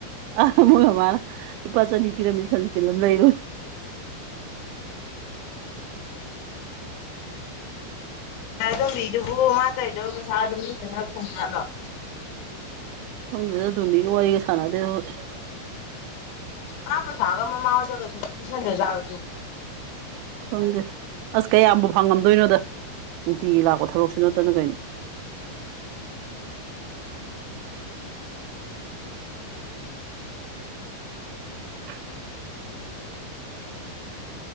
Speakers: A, on the right; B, on the left.
A: ꯑꯃꯅ ꯂꯨꯄꯥ ꯆꯅꯤ ꯄꯤꯔꯝꯃꯤ ꯁꯟꯗ ꯀꯤꯂꯝ ꯂꯩꯔꯣꯏ
B: ꯇꯣꯝꯕꯤꯗꯨꯕꯨ ꯃꯥꯇꯩꯗꯣ ꯄꯩꯁꯥ ꯑꯗꯨꯝ ꯐꯖꯅ ꯐꯪꯖꯥꯠꯂꫭ
A: ꯈꯪꯗ°ꯗ ꯑꯩꯈꫭꯏ ꯇꫭꯝꯕꯤꯒ ꯋꯥꯔꯤꯒ ꯁꯥꯅꯗ°ꯗ ꯑꯩꯈꫭꯏ
B: ꯀꯥꯥꯟꯕ ꯁꯥꯒ ꯃꯃꯥꯍꫭꯏꯗꯒ ꯁꯨꯡꯄꯤ ꯄꯤꯁꯟꯗ ꯖꯥꯔ
A: ꯐꯪꯒꯦ ꯑꯁ ꯀꯌꯥꯝꯕꯨ ꯐꯪꯉꯝꯗꯣꯏꯅꯣꯗ ꯅꯨꯡꯇꯤꯒꯤ ꯂꯥꯛꯄ ꯊꯕꯛꯁꯨ ꯅꯠꯇꯅ ꯀꯩꯅꯣ ꯑꯣ